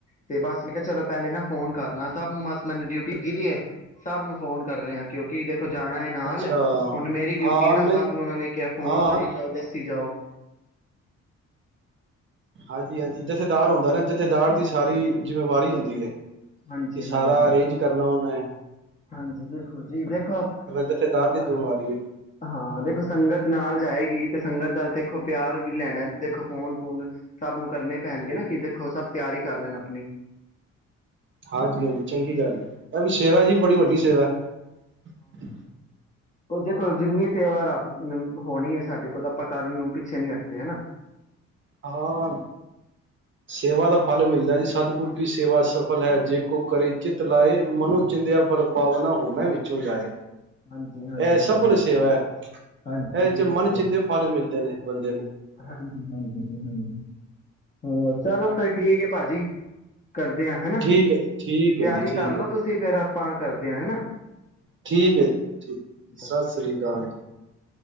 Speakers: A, on the left; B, on the right.
A: ਤੇ ਬਸ ਮੈਂ ਕਿਹਾ ਚਲੋ ਪਹਿਲੇ ਨਾ ਫੋਨ ਕਰਲਾ ਸਭ ਨੂੰ ਮਸ ਮੈਨੂੰ ਡਿਊਟੀ ਦਿਤੀ ਦੀ ਏ ਸਭ ਨੂੰ ਫੋਨ ਕਰ ਰੇ ਹਾ ਕਿਉਂਕਿ ਦੇਖੋ ਜਾਣਾ ਏ ਨਾਲ,
B: ਅੱਛਾ
A: ਹੁਣ ਮੇਰੀ ਡਿਊਟੀ
B: ਹਾਂ
A: ਹੈ ਨਾ ਸਾਹਿਬ
B: ਨਹੀਂ
A: ਨੂੰ ਉਹ ਨੇ ਕਿਹਾ ਫੋਨ
B: ਹਾਂ ਹਾਂ
A: ਕਰੀ ਜਾਓ ਤੇ ਤੁਸੀਂ ਜਾਓ
B: ਹਾਂਜੀ ਹਾਂਜੀ ਜਥੇਦਾਰ ਹੁੰਦਾ ਨਾ ਜਥੇਦਾਰ ਦੀ ਸਾਰੀ ਜਿੰਮੇਵਾਰੀ ਹੁੰਦੀ ਹੈ
A: ਹਾਂਜੀ,
B: ਕਿ ਸਾਰਾ
A: ਹਾਂਜੀ,
B: ਅਰੇਂਜ ਕਰਨਾ ਔਨਾਂ ਹੈ
A: ਹਾਂਜੀ ਬਿਲਕੁਲ ਜੀ ਵੇਖੋ
B: ਜਥੇਦਾਰ ਦੀ
A: ਹਾਂ
B: ਜ਼ਿੰਮੇਵਾਰੀ ਹੈ
A: ਹਾਂ ਦੇਖੋ ਸੰਗਤ ਨਾਲ ਜਾਏਗੀ ਇੱਕ ਸੰਗਤ ਦਾ ਦੇਖੋ ਪਿਆਰ ਵੀ ਲੈਣਾ ਦੇਖੋ ਫੋਨ ਫੋਨ ਸਭ ਨੂੰ ਕਰਨੇ ਪੈਣਗੇ ਨਾ ਕਿ ਦੇਖੋ ਸਭ ਤਿਆਰੀ ਕਰ ਲੈਣ ਆਪਣੀ
B: ਹਾਂਜੀ ਹਾਂਜੀ ਚੰਗੀ ਗੱਲ ਹੈ ਇਹ ਵੀ ਸੇਵਾ ਜੀ
A: ਹਾਂਜੀ
B: ਬੜੀ ਵੱਡੀ ਸੇਵਾ ਹੈ
A: ਹੁਣ ਦੇਖੋ ਜਿੰਨੀ ਸੇਵਾ ਰੱਬ ਹੋਣੀ ਹੈ ਸਾਡੇ ਕੋਲ ਆਪਾਂ ਕਰਨ ਨੂੰ ਪਿੱਛੇ ਨੀ ਹਟਦੇ ਹੈ ਨਾ
B: ਹਾਂ ਸੇਵਾ ਦਾ ਫਲ ਮਿਲਦਾ ਜੀ ਸਤਿਗੁਰੂ ਕੀ ਸੇਵਾ ਸਫਲ ਹੈ ਜੇ ਕੋਈ ਕਰੇ ਚਿੱਤ ਲਾਏ ਮਨੋ ਚਿੰਦਿਆ ਫਲ ਪਾਵਨਾ ਹੋਮੈ ਵਿੱਚੋਂ ਜਾਏ
A: ਹਾਂਜੀ, ਹਾਂਜੀ,
B: ਇਹ ਸਫਲ ਹੀ ਸੇਵਾ ਹੈ
A: ਹਾਂਜੀ
B: ਇਹਦੇ
A: ਜੀ
B: ਚ
A: ਬਿਲਕੁਲ
B: ਮਨ ਚਿੰਦੇ ਫਲ ਮਿਲਦੇ ਨੇ ਬੰਦੇ ਨੂੰ
A: ਹਾਂਜੀ, ਹਾਂਜੀ ਜੀ ਹਾਂਜੀ। ਹੋਰ ਚਲੋ ਫਿਰ ਠੀਕ ਹੈ ਭਾਜੀ ਕਰਦੇ ਹਾਂ ਹੈਨਾ
B: ਠੀਕ ਹੈ ਠੀਕ
A: ਤਿਆਰੀ
B: ਹੈ ਜੀ ਠੀਕ
A: ਕਰ ਲਓ
B: ਹੈ
A: ਤੁਸੀਂ ਫਿਰ ਆਪਾਂ ਕਰਦੇ ਹੈ ਨਾ
B: ਠੀਕ ਹੈ ਜੀ ਸਤਿ
A: ਅਕਾਲ।
B: ਸ੍ਰੀ ਅਕਾਲ ਜੀ